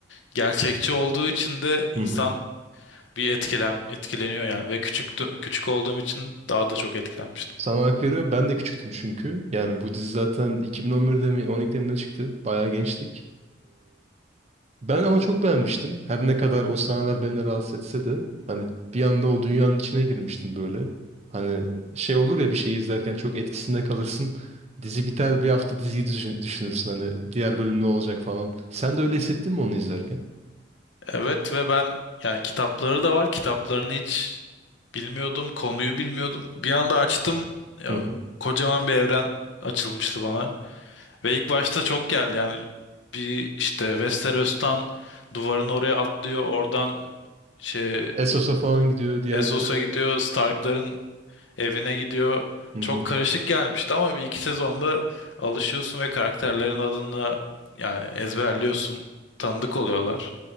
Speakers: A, on the left (about 70°); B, on the right (about 35°).
A: gerçekçi olduğu için de insan
B: Hı hı.
A: bir etkilen etkileniyor yani ve küçük küçük olduğum için daha da çok etkilenmiştim.
B: Sana hak veriyorum. Ben de küçüktüm çünkü. Yani bu dizi zaten 2011'de mi 12'de mi ne çıktı? Bayağı gençtik. Ben ama çok beğenmiştim. Her ne kadar o sahneler beni rahatsız etse de hani bir anda o dünyanın içine girmiştim böyle. Hani şey olur ya bir şeyi izlerken çok etkisinde kalırsın. Dizi biter bir hafta diziyi düşün- düşünürsün hani diğer bölüm ne olacak falan. Sen de öyle hissettin mi onu izlerken?
A: Evet ve ben yani kitapları da var. Kitaplarını hiç bilmiyordum. Konuyu bilmiyordum. Bir anda açtım. Ya,
B: Hı hı.
A: kocaman bir evren açılmıştı bana. Ve ilk başta çok geldi yani. Bir işte Westeros'tan duvarın oraya atlıyor. Oradan şey
B: Essos'a falan gidiyor diğer
A: Essos'a
B: kıta.
A: gidiyor. Stark'ların evine gidiyor.
B: Hı hı.
A: Çok karışık gelmişti ama bir iki sezonda alışıyorsun ve karakterlerin adını yani ezberliyorsun. Tanıdık oluyorlar.